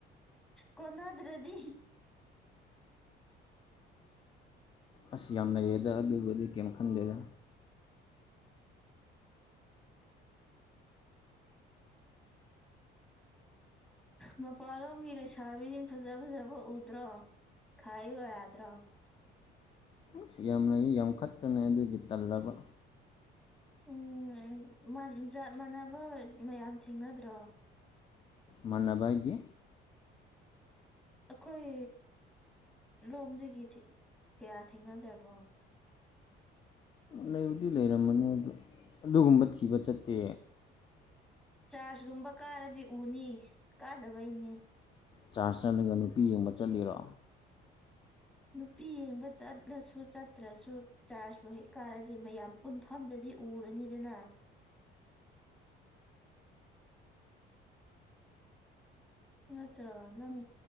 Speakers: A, in the centre; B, on the left (about 25°).
A: ꯀꯣꯅꯗ꯭ꯔꯥꯗꯤ
B: ꯑꯁ ꯌꯥꯝ ꯂꯩꯌꯦꯗ ꯑꯗꯨꯕꯨꯗꯤ ꯀꯩꯝ ꯈꯟꯗꯦꯗ
A: ꯃꯄꯥꯟꯂꯣꯝꯒꯤ ꯂꯩꯁꯥꯕꯤꯁꯤꯡ ꯐꯖ ꯐꯖꯕ ꯎꯗ꯭ꯔꯣ ꯈꯥꯏꯌꯨ ꯌꯥꯗ꯭ꯔꯣ꯫
B: ꯏꯁ ꯌꯥꯝ ꯂꯩ ꯌꯥꯝ ꯈꯠꯄꯅ‌ꯦ ꯑꯗꯨꯒꯤ ꯇꯜꯂꯕ꯫
A: ꯎꯝ ꯃꯟ ꯖꯥꯠ ꯃꯥꯟꯅꯕ ꯃꯌꯥꯝ ꯊꯦꯡꯅꯗ꯭ꯔꯣ꯫
B: ꯃꯥꯟꯅꯕ ꯍꯥꯏꯗꯤ꯫
A: ꯑꯩꯈꯣꯏ ꯂꯣꯝꯖꯤꯒꯤ ꯊꯤ ꯀꯌꯥ ꯊꯦꯡꯅꯗ꯭ꯔꯕꯣ꯫
B: ꯂꯩꯕꯨꯗꯤ ꯂꯩꯔꯝꯒꯅꯤ ꯑꯗꯨ ꯑꯗꯨꯒꯨꯝꯕ ꯊꯤꯕ ꯆꯠꯇꯦ꯫
A: ꯆꯥꯔꯖꯒꯨꯝꯕ ꯀꯥꯔꯗꯤ ꯎꯅꯤ꯫ ꯀꯥꯗꯕꯩꯅꯦ
B: ꯆꯥꯔꯖ ꯆꯠꯂꯒ ꯅꯨꯄꯤ ꯌꯦꯡꯕ ꯆꯠꯂꯤꯔꯣ꯫
A: ꯅꯨꯄꯤ ꯌꯦꯡꯕ ꯆꯠꯂꯁꯨ ꯆꯠꯇ꯭ꯔꯁꯨ ꯆꯥꯔꯖꯕꯨ ꯍꯦꯛ ꯀꯥꯔꯗꯤ ꯃꯌꯥꯝ ꯄꯨꯟꯐꯝꯗꯗꯤ ꯎꯔꯅꯤꯗꯅ꯫ ꯅꯠꯇ꯭ꯔꯣ ꯅꯪ